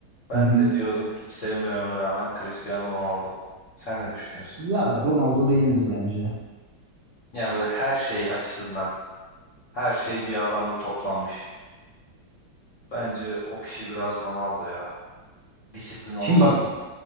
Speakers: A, on the left; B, on the right.
A: Ben
B: Hı hı.
A: de diyordum hiç sevmememe rağmen Cristiano Ronaldo. Sen ne düşünüyorsun?
B: Ya Ronaldo değildir bence.
A: Yani böyle her şey açısından her şey bir adamda toplanmış. Bence o kişi biraz Ronaldo ya. Disiplin olsun,
B: Şimdi bak